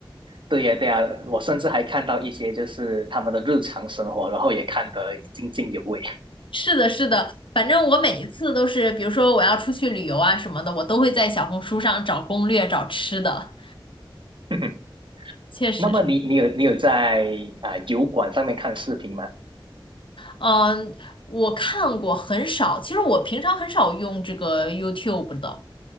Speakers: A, on the right; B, on the left.
A: 对呀，对呀，我甚至还看到一些就是他们的日常生活，然后也看得津津有味。
B: 是的，是的，反正我每一次都是，比如说我要出去旅游啊什么的，我都会在小红书上找攻略、找吃的。
A: <laughs>
B: 确实是，
A: 那么你你有你有在啊、油管上面看视频吗？
B: 嗯，我看过很少，其实我平常很少用这个 YouTube 的。